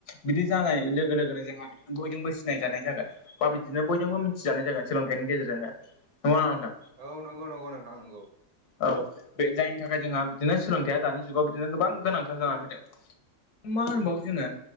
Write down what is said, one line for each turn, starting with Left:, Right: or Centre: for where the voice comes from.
Left: बिदि जानाय लोगो लोगोनो जोंहा बिदिनो बयजोंबो सि नायजानाय जागोन बा बिदिनो बयजोंबो मिथिजानाय जागोन सोलोंथाइनि गेजेरजोंनो नंगोना नङा नोंथां?
Right: औ नंगौं नंगौ नोंथां नों
Left: औ बे जायनि थाखाय जोंहा बिदिनो सोलोंथायया दानि जुगाव बिदिनो गोबां गोनांथार जानानै फैदों। मा होनबावो जोङो